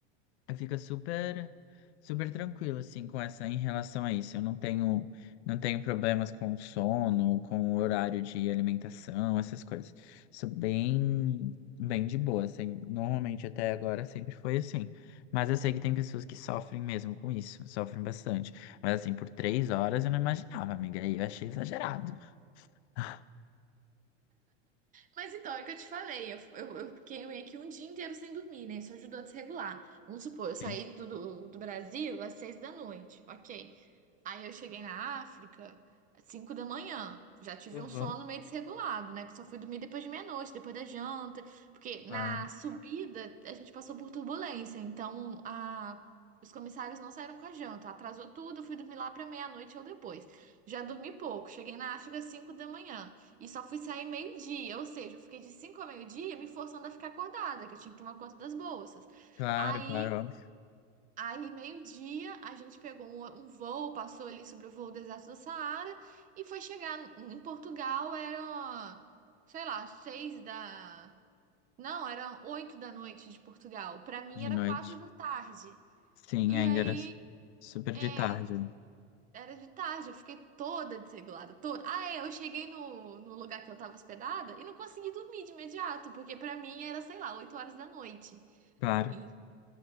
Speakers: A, on the left; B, on the right.
A: Aí Fica super, super tranquilo, assim, com essa, em relação a isso. Eu não tenho, não tenho problemas com o sono, com o horário de alimentação, essas coisas. Sou bem, bem de boa, assim. Normalmente até agora sempre foi assim. Mas eu sei que tem pessoas que sofrem mesmo com isso, sofrem bastante. Mas assim, por três horas eu não imaginava, amiga. Aí eu achei exagerado. <laughs>
B: Mas então, é o que eu te falei, eu, eu, eu fiquei meio que um dia inteiro sem dormir, né? Isso ajudou a desregular. Vamos supor, eu saí
A: Sim,
B: do, do, do Brasil às seis da noite, ok. Aí eu cheguei na África às cinco da manhã. Já tive
A: Uhum.
B: um sono meio desregulado, né? Que só fui dormir depois de meia-noite, depois da janta. Porque na
A: claro,
B: subida a gente passou por turbulência, então a. Os comissários não saíram com a janta, atrasou tudo, eu fui dormir lá para meia-noite ou depois. Já dormi pouco, cheguei na África às 5 da manhã. E só fui sair meio-dia, ou seja, eu fiquei de 5 a meio-dia me forçando a ficar acordada, que eu tinha que tomar conta das bolsas.
A: claro,
B: Aí,
A: claro, óbvio.
B: aí meio-dia, a gente pegou um, um voo, passou ali sobre o voo do deserto do Saara e foi chegar em Portugal, era, sei lá, seis da... Não, era oito da noite de Portugal. Pra mim
A: De
B: era
A: noite.
B: quatro da tarde.
A: Sim,
B: E
A: ainda
B: aí,
A: era super
B: é.
A: de tarde.
B: Era de tarde, eu fiquei toda desregulada, toda. Ah, é, eu cheguei no, no lugar que eu tava hospedada e não consegui dormir de imediato, porque pra mim era, sei lá, 8 horas da noite.
A: Claro.
B: Então,